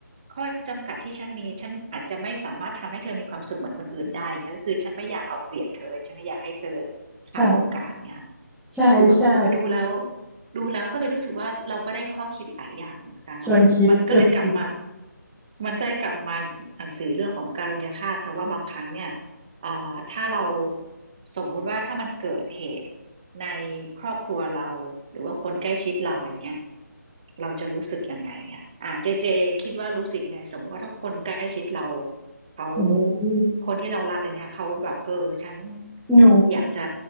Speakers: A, on the right; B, in the centre.
A: ข้อจำกัดที่ฉันมีฉันอาจจะไม่สามารถทำให้เธอมีความสุขเหมือนคนอื่นได้อย่างเงี้ยก็คือฉันไม่อยากเอาเปรียบเธอฉันไม่อยากให้เธอขาดโอกาสเนี่ยค่ะ
B: ค่ะใช่ใช่
A: คือแบบเออดูแล้วดูแล้วก็เลยรู้สึกว่าเราก็ได้ข้อคิดหลายอย่างเหมือนกันเนาะมันก็เลยกลับมา
B: ชวนคิดชวนคิด
A: มันก็เลยกลับมาหนังสือเรื่องของการุญยฆาตค่ะว่าบางครั้งเนี่ย เอ่อถ้าเราสมมุติว่าถ้ามันเกิดเหตุในครอบครัวเราหรือว่าคนใกล้ชิดเราอะไรเงี้ยเราจะรู้สึกยังไงอ่ะอ่าเจเจคิดว่ารู้สึกไงสมมติว่าถ้าคนใกล้ชิดเราเขา
B: โอ้ย
A: คนที่เรารักอย่างเงี้ยเขาแบบเออฉัน
B: หนู
A: อยากจะ